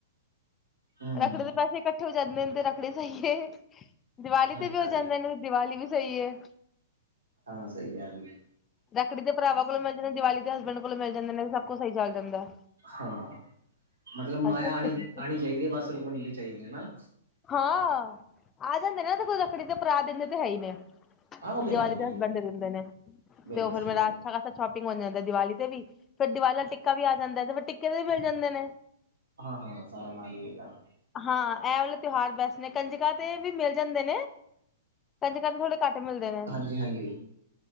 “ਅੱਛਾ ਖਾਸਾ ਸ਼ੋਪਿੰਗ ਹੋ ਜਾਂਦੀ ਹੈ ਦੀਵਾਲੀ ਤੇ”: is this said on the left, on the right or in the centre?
Left